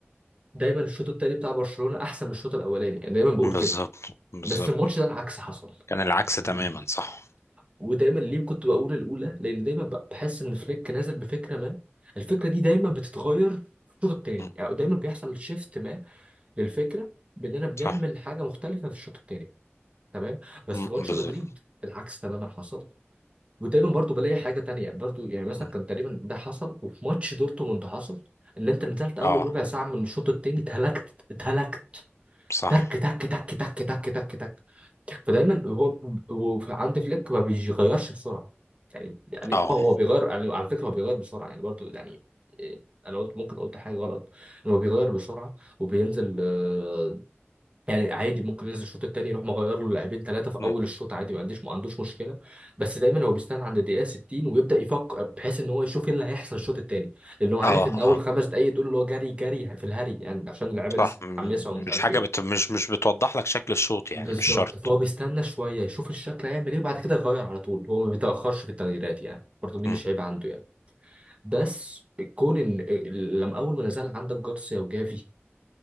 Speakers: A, on the right (about 30°); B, on the left (about 85°).
A: دايما الشوط الثاني بتاع برشلونه احسن من الشوط الاولاني يعني دايما بقول
B: بالظبط
A: كده
B: بالظبط
A: بس الماتش ده العكس حصل
B: كان العكس تماما صح
A: ودايما ليه كنت بقول الاولى لان دايما بق- بحس ان فليك نازل بفكره ما الفكره دي دايما بتتغير في الشوط الثاني
B: مم.
A: يعني دايما بيحصل شيفت ما للفكره باننا بنعمل
B: صح
A: حاجه مختلفه في الشوط الثاني تمام بس
B: مم.
A: ماتش
B: بالظبط
A: مدريد العكس تماما حصل وتقريبا برضو بلاقي حاجه تانية يعني برضو يعني مثلا
B: مم.
A: كان تقريبا ده حصل وفي ماتش دورتموند حصل ان انت نزلت اول
B: اه
A: ربع ساعه من الشوط التاني اتهلكت اتهلكت
B: صح
A: تك تك تك تك تك تك تك فدايما هو هو عند فليك ما بيغيرش بسرعه يعني يعني
B: اه
A: اه هو بيغير يعني على فكره هو بيغير بسرعه يعني برضو يعني إيه، انا قلت ممكن قلت حاجه غلط ان هو بيغير بسرعه وبينزل آه، يعني عادي ممكن ينزل الشوط التاني يروح مغير له لاعبين ثلاثه في
B: مم.
A: اول الشوط عادي ما عنديش ما عندوش مشكله بس دايما هو بيستنى عند الدقيقه 60 ويبدا يفكر بحيث ان هو يشوف ايه اللي هيحصل الشوط التاني لان هو عارف
B: اه
A: ان اول خمس دقائق دول اللي هو جري جري في الهري يعني عشان اللعيبه لسه
B: صح م-
A: متحمسه ومش عارف
B: مش حاجة
A: ايه
B: بت... مش مش بتوضح لك شكل الشوط يعني
A: بالظبط
B: مش شرط
A: فهو بيستنى شويه يشوف الشكل هيعمل ايه وبعد كده يغير على طول هو ما بيتاخرش في التغييرات يعني برضه دي
B: مم.
A: مش عيب عنده يعني بس كون ان لما اول ما نزل عندك جارسيا وجافي